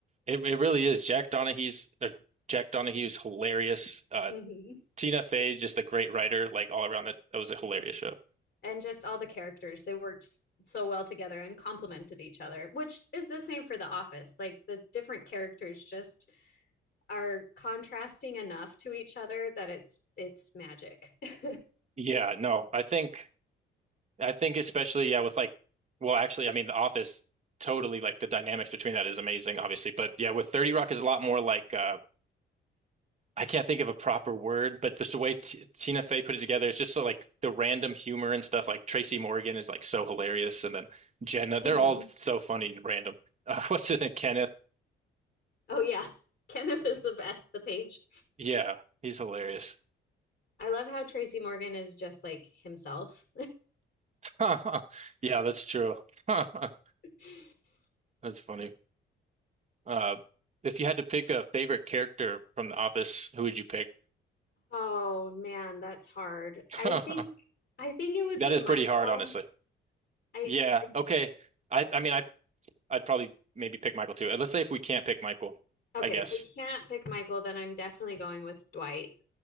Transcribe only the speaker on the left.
Mhm.
and just all the characters they worked so well together and complemented each other which is the same for the office like the different characters just are contrasting enough to each other that it's it's magic <laughs>
Mhm.
oh yeah <laughs> kenneth is the best the page
i love how tracy morgan is just like himself
<laughs>
oh man that's hard
i think i think it would
be
michael
i,
I
okay
if we can't pick michael then i'm definitely going with dwight